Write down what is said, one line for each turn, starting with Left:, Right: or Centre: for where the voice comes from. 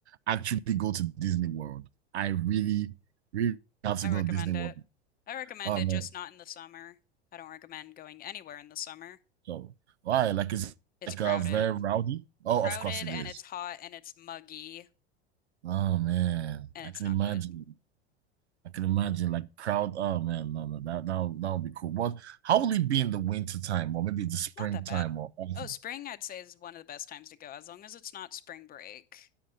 Right: actually go to Disney World. I really, really have
Left: I
Right: to
Left: recommend
Right: go to Disney World.
Left: it. I recommend
Right: Oh
Left: it
Right: man,
Left: just not in the summer. I don't recommend going anywhere in the summer.
Right: so why? Like it's
Left: It's
Right: like
Left: crowded.
Right: uh, very rowdy. Oh,
Left: Crowded
Right: of course it
Left: and
Right: is.
Left: it's hot and it's muggy
Right: Oh man,
Left: and
Right: I
Left: it's
Right: can
Left: not
Right: imagine.
Left: good.
Right: I can imagine like crowd. Oh man, no, no, that that that would be cool. But how will it be in the winter time or maybe the springtime
Left: Not that bad.
Right: or autumn?
Left: Oh, spring I'd say is one of the best times to go as long as it's not spring break.